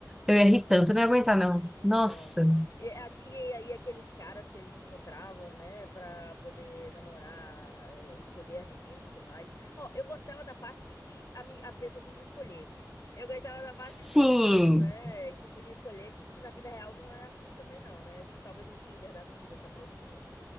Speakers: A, in the centre; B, on the left.
A: Eu
B: Uhum.
A: ia rir tanto. Eu não ia aguentar, não. Nossa.
B: Não. E, a- e aí aqueles caras que eles encontravam, né, pra poder namorar, eh, escolher a menina e tudo mais. Ó, eu gostava da parte de que a, mi- a pessoa podia escolher. Eu gostava da parte
A: Sim.
B: disso, né, que podia escolher, que na vida real não é assim também não, né? Talvez um Tinder da vida se aproxime.